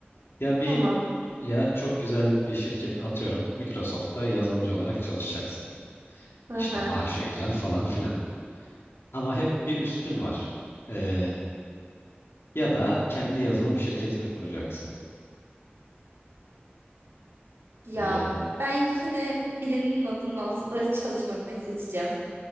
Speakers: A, on the left; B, on the right.
A: Ya bir
B: tamam.
A: ya çok güzel bir şirket atıyorum. Microsoft'ta yazılımcı olarak çalışacaksın.
B: Hı
A: İşte
B: hı.
A: maaşa güzel falan filan. Ama hep bir üstün var. Ee, ya da kendi yazılım şirketini kuracaksın.
B: Ya
A: Ee,
B: ben yine birinin adının altında <laughs> çalışmayı seçeceğim.